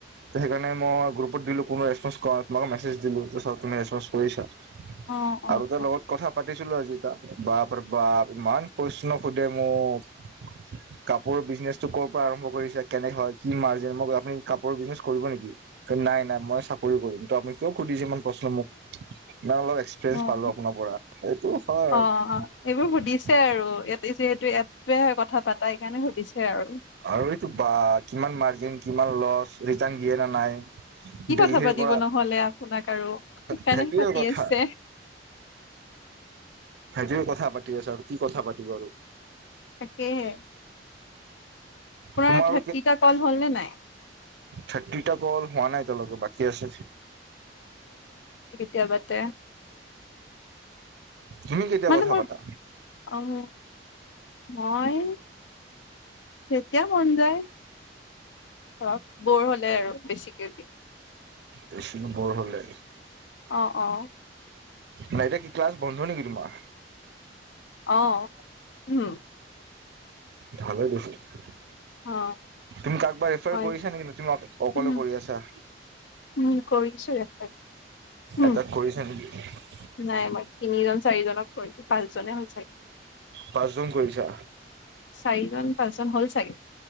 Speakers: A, on the right; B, on the left.
A: সেইকাৰণে মই গ্ৰুপত দিলো কোনো ৰেছপন্স কৰা মানে মেছেজ দিলো যে চাও তুমি ৰেছপন্স কৰিছা
B: অ অ
A: আৰু তাৰ
B: অ
A: লগত কথা পাতিছিলো আজি খা বাপ প্ৰভাৱ ইমান প্ৰশ্ন সোধে মোক কাপোৰৰ বিজনেছটো কৰ'ৰ পৰা আৰম্ভ কৰিছা কেনে হয় কি মাৰ্জিন মই আপুনি কাপোৰৰ বিজনেছ কৰিব নেকি নাই নাই মই চাকৰি কৰিম ত আপুনি কিয় সুধিছে ইমান প্ৰশ্ন মোক নাই অলপ
B: অ
A: এক্সপিৰিয়েঞ্চ পালো আপোনাৰ পৰা
B: অ
A: সেইটো
B: এইবোৰ
A: হয়
B: সুধিছে আৰু ইয়াত যিহেতু ইটোৱে হয় কথা পতা এইকাৰণে সুধিছে আৰু
A: আৰু এইটো বা কিমান মাৰ্জিন কিমান লচ ৰিটাৰ্ণ দিয়ে ন নাই
B: কি
A: দেলহিৰ
B: কথা পাতিব
A: পৰা
B: নহলে আপোনাক আৰু সিকাৰণেহে
A: সেইটোৱে
B: পাতি
A: কথা
B: আছে
A: সেদিন কথা পাতি আছে, আৰু কি কথা পাতিব আৰু।
B: তাকেইহে। আপোনাৰ
A: তোমাৰ
B: থাৰ্টিটা কল হ'ল নে নাই?
A: থাৰ্টিটা কল হোৱা নাই এতিয়ালৈকে। বাকী আছে
B: দেবতে,
A: তুমি কেতিয়া
B: মানে
A: কথা
B: মই,
A: পাতা
B: আহ মই, তেতিয়া মন যায়। অ' ব'ৰ হলে আৰু বেছিকে দি
A: বেছিকে ব'ৰ হ'লে।
B: অ' অ'।
A: নাই এতিয়া কি ক্লাছ বন্ধ নেকি তোমাৰ?
B: অ উম
A: ধাৰলে দিছে।
B: অ'।
A: তুমি কাৰোবাক ৰেফাৰ
B: হয়
A: কৰিছা নেকি বেছিভাগ অকলে
B: উম
A: কৰি আছা?
B: উম কৰিছো ৰেফাৰ উম
A: এটাক কৰিছা নেক <unintelligible>
B: নাই মই তিনিজন চাৰিজনক কৰিছোঁ, পাঁচজনে হল চাগে।
A: পাঁচজন কৰিছা
B: চাৰিজন পাঁচজন হ'ল চাগে